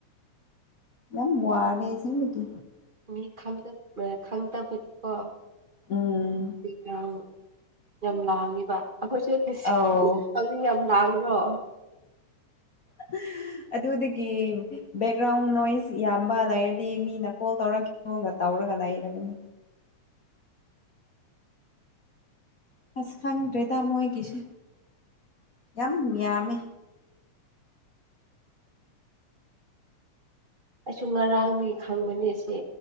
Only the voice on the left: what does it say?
ꯌꯥꯝ ꯋꯔ‌ꯦ ꯑꯁ‌ꯦꯕꯒꯤ
ꯎꯝ
ꯑꯧ
ꯎꯝ <unintelligible> ꯑꯗꯨꯗꯒꯤ ꯕꯦꯛꯒ꯭ꯔꯥꯎꯟ ꯅꯣꯏꯁ ꯌꯥꯝꯕ ꯂꯩꯔꯗꯤ ꯃꯤꯅ ꯀꯣꯜ ꯇꯧꯔꯝꯈꯤ ꯍꯒ <unintelligible> ꯇꯧꯔꯒ ꯂꯩꯔꯕꯅꯤ ꯑꯁ ꯈꯪꯗ꯭ꯔꯦꯗ ꯃꯣꯏꯒꯤꯁꯦ ꯌꯥꯝ ꯌꯥꯝꯃꯦ